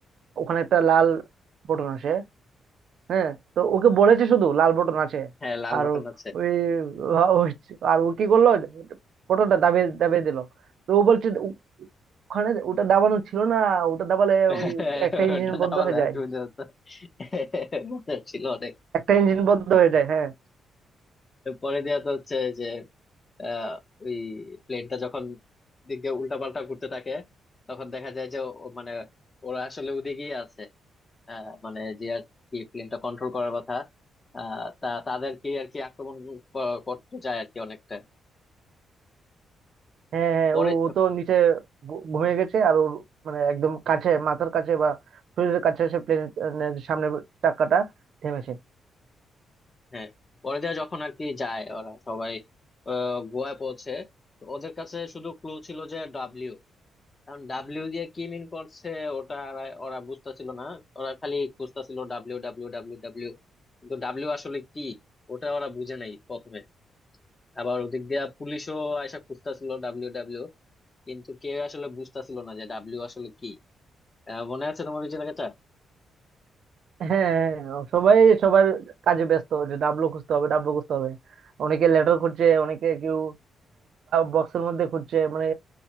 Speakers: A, on the right; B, on the left.
A: ওখানে একটা লাল বটন আছে হ্যাঁ তো ওকে বলেছে শুধু লাল বটন আছে
B: হ্যাঁ লাল
A: আর
B: বাটন
A: ও-
B: আছে
A: ওই ও- আর ও কি করলো বটনটা দাবিয়ে দাবিয়ে দিল তো ও বলছে ওখানে ওটা দাবানো ছিল না ওটা দাবালে
B: <laughs>
A: ওই একটা ইঞ্জিন
B: ওটা
A: বন্ধ
B: দাবালে
A: হয়ে যায়
B: অসুবিধা হতো <laughs> মজা ছিল অনেক
A: একটা ইঞ্জিন বন্ধ হয়ে যায় হ্যাঁ
B: পরে দেয়া তো হচ্ছে যে আহ, ওই প্লেনটা যখন দিক দিয়ে উল্টা পাল্টা ঘুরতে থাকে তখন দেখা যায় যে ও- মানে ওরা আসলে ওদিকেই আছে আহ, মানে যে আর কি প্লেনটা কন্ট্রোল করার কথা আহ, তা তাদেরকে আর কি আক্রমণ ক- করতে যায় আর কি অনেকটা
A: হ্যাঁ হ্যাঁ
B: পরে
A: ও ও তো নিচে ঘু- ঘুমিয়ে গেছে আর ওর মানে একদম কাছে মাথার কাছে বা শরীরের কাছে সে প্লেনের সামনে চাকাটা থেমেছে
B: হ্যাঁ পরে দেয়া যখন আর কি যায় ওরা সবাই আহ, গোয়ায় পৌঁছে তো ওদের কাছে শুধু ক্লু ছিল যে ডাব্লিউ কারণ ডাব্লিউ দিয়ে কি মিন করছে ওটা আর- ওরা বুঝতেছিল না ওরা খালি বুঝতেছিল ডাব্লিউ ডাব্লিউ ডাব্লিউ ডাব্লিউ কিন্তু ডাব্লিউ আসলে কি ওটা ওরা বুঝে নাই প্রথমে আবার ওদিক দিয়ে পুলিশও আয়সা খুঁজতেছিল ডাব্লিউ ডাব্লিউ কিন্তু কেউ আসলে বুঝতেছিল না যে ডাব্লিউ আসলে কি আহ, মনে আছে তোমার ওই জায়গাটা
A: হ্যাঁ হ্যাঁ, সবাই সবার কাজে ব্যস্ত যে ডাবলু খুঁজতে হবে ডাবলু খুঁজতে হবে অনেকে লেটার খুঁজছে অনেকে কেউ বক্সের মধ্যে খুঁজছে মানে